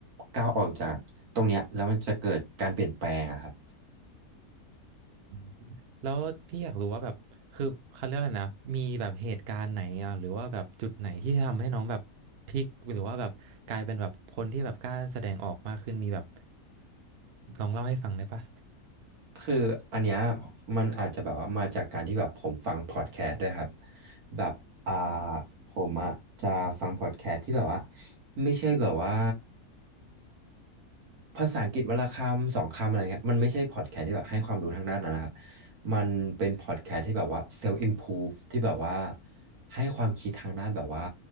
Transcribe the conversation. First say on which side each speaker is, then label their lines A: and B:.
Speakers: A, on the right; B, on the right.
A: ก้าวออกจากตรงเนี้ยแล้วมันจะเกิดการเปลี่ยนแปลงอะครับ
B: อืมแล้วพี่อยากรู้ว่าแบบคือเขาเรียกอะไรนะมีแบบเหตุการณ์ไหนอ่ะหรือว่าแบบจุดไหนที่ทำให้น้องแบบพลิกหรือว่าแบบกลายเป็นแบบคนที่แบบกล้าแสดงออกมากขึ้นมีแบบลองเล่าให้ฟังได้ปะ
A: คืออันเนี้ยมันอาจจะแบบว่ามาจากการที่แบบผมฟังพอดแคสต์ด้วยครับแบบอ่าผมอะจะฟังพอดแคสต์ที่แบบว่าไม่ใช่แบบว่าภาษาอังกฤษวันละคำสองคำอะไรเงี้ยมันไม่ใช่พอดแคสต์ที่แบบให้ความรู้ทางด้านนั้นนะครับมันเป็นพอดแคสต์ที่แบบว่าเซลฟ์อิมพูฟที่แบบว่าให้ความคิดทางด้านแบบว่า